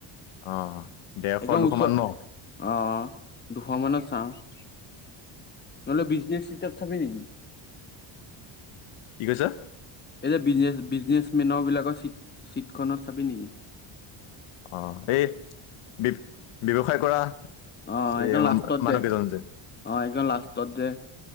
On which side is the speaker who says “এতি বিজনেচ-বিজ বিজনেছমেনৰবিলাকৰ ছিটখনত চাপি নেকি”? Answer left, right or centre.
Left